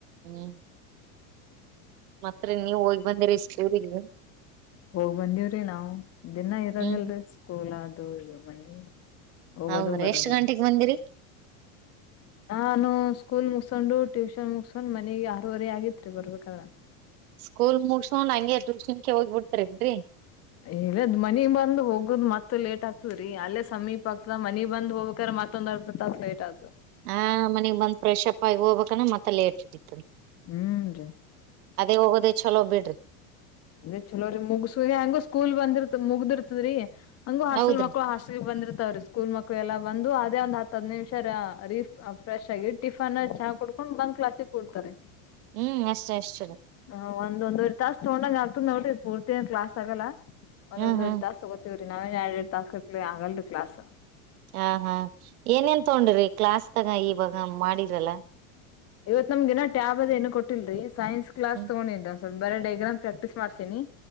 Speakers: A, on the right; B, on the left.
A: ಹ್ಮ್ ಮತ್ರಿ ನೀವು ಹೋಗಿ ಬಂದಿರಿ ಸ್ಕೂಲ್ ಗೆ
B: ಹೋಗ್ ಬಂದೀವ್ರಿ ನಾವು ದಿನಾ ಇರೋದಲ್ರಿ
A: ಹ್ಮ್
B: ಸ್ಕೂಲ್ ಅದು ಇದು ಮನಿ ಹೋಗೋದು
A: ಹೌದ್ರೀ
B: ಬರೋದು
A: ಎಷ್ಟ್ ಗಂಟೆಗೆ ಬಂದಿರಿ
B: ನಾನು ಸ್ಕೂಲ್ ಮುಗಸೊಂಡು ಟ್ಯೂಷನ್ ಮುಗಸಕೊಂಡ್ ಮನಿಗ್ ಆರೂವರೆ ಆಗಿತ್ರಿ ಬರ್ಬೇಕಾದ್ರ
A: ಸ್ಕೂಲ್ ಮುಗಸೋನ್ಡ ಹಂಗೆ ಟ್ಯೂಷನ್ ಕ ಹೋಗ್ಬಿ ಬಿಡ್ತಾರೇನ್ರರಿ
B: ಇಲ್ಲದ್ ಮನಿಗ್ ಬಂದ್ ಹೋಗದ್ ಮತ್ ಲೇಟ್ ಆಗ್ತದ್ರೀ ಅಲ್ಲೇ ಸಮೀಪ ಆಗ್ತ ಮನಿ ಬಂದ ಹೋಗ್ಬೇಕ್ರ ಮತ್ತೊಂದ ಹತ ತಾಸ ಲೇಟ ಆ
A: ಹಾ ಮನಗ್ ಬಂದ್ ಫ್ರೆಶ್ ಅಪ್ ಆಗಿ ಹೋಗ್ಬೇಕಾನ ಮತ್ತ ಲೇಟ್ ಹಿಡಿತ್ತದ
B: ಹ್ಮನ್ರಿ
A: ಅದೇ ಹೋಗೋದೇ ಚಲೋ ಬಿಡ್ರಿ
B: ಅದೇ ಚಲೋ ರೀ ಮುಗಸ ಹಂಗ ಸ್ಕೂಲ್ ಬಂದಿರ್ತ ಮುಗ್ದಿರ್ತದ್ರೀ ಹಂಗ ಹಾಸ್ಟೆಲ್
A: ಹೌದ್ರಿ
B: ಮಕ್ಕಳು ಹಾಸ್ಟಲ್ ಬಂದಿರ್ತಾವ್ರೀ ಸ್ಕೂಲ್ ಮಕ್ಕಳು ಎಲ್ಲ ಬಂದು ಅದೇ ಒಂದ ಹ್ ನಿಮಿಷೀಫ ಫ್ರೆಶ್ ಆಗಿ ಟಿಫನ್ ಚಾ ಕುಡ್ಕೊಂಡು ಬಂದ್ ಕ್ಲಾಸಿಗೆ ಕುಡ್ತಾರಿ
A: ಹ್ಮ್ ಅಷ್ಟೇ ಅಷ್ಟೇ
B: ಹ ಒಂದಂದುವರೆ ತಾಸ್ ತಗೊಂಡಂಗ ಆಗ್ತದ್ ನೋಡ್ರಿ ಪೂರ್ತಿ ಕ್ಲಾಸ್ ಆಗಲ್ಲ ಒಂದೊಂದ್
A: ಹ್ಮ್ ಹ್ಮ್
B: ವರೇ ತಾಸ ತಗೋತೀವ್ರೀ ನಾವೇನ್ ಎರಡ್ ಎರಡ್ ತಾಸ ಗಟಲೇ ಆಗಲ್ರಿ ಕ್ಲಾಸ್
A: ಹ ಹಾ ಏನೇನ್ ತಗೊಂಡ್ರಿ ಕ್ಲಾಸ್ ತಗ ಇವಾಗ ಮಾಡಿದ್ರಲ್ಲ
B: ಇವತ್ ನಮ್ಗೆಏನ ಟ್ಯಾಬ್ ಅದ ಏನು ಕೊಟ್ಟಲ್ರಿ ಸೈನ್ಸ್ ಕ್ಲಾಸ್
A: ಹ್ಮ್
B: ತಗೊಂಡಿದ್ರ ಸ್ವಲ್ಪ ಬರೇ ಡೈಗ್ರಾಮ್ ಪ್ರಾಕ್ಟೀಸ್ ಮಾಡಸಿನಿ